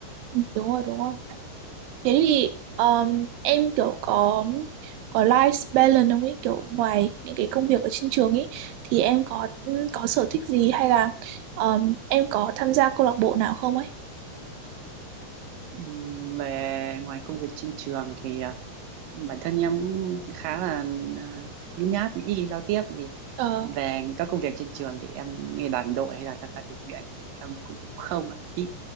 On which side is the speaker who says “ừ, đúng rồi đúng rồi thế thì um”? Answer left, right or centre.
Right